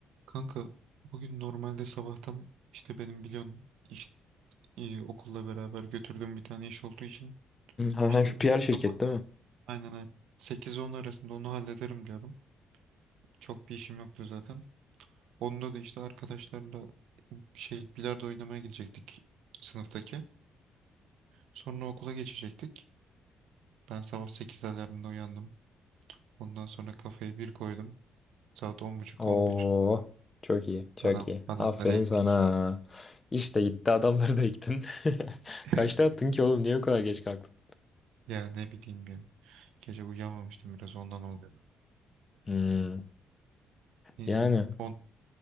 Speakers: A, on the right (about 80°); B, on the left (about 25°).
A: Kanka bugün normalde sabahtan işte benim biliyorsun iş, e, okulla beraber götürdüğüm bir tane iş olduğu için
B: Ha,
A: işte
B: ha, şu PR şirket
A: sabahtan
B: değil mi?
A: aynen aynen 8-10 arasında onu hallederim diyordum. Çok bir işim yoktu zaten. Onda da işte arkadaşlarla şey bilardo oynamaya gidecektik sınıftaki. Sonra okula geçecektik. Ben sabah 8 alarmında uyandım. Ondan sonra kafayı bir koydum. Saat 10.30-11.
B: Oo, çok iyi, çok
A: Adam,
B: iyi.
A: adamları
B: Aferin
A: ektik.
B: sana. İşte gitti adamları da yıktın. <laughs>
A: <laughs>
B: Kaçta attın ki oğlum? Niye bu kadar geç kalktın?
A: Ya ne bileyim ya. Gece uyuyamamıştım biraz ondan oldu.
B: Hmm,
A: Neyse
B: yani.
A: on